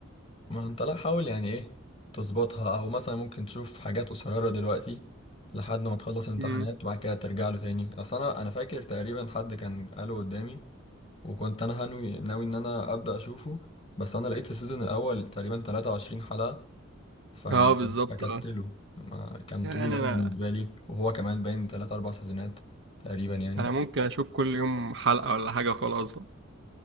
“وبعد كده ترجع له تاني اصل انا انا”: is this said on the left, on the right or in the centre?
Left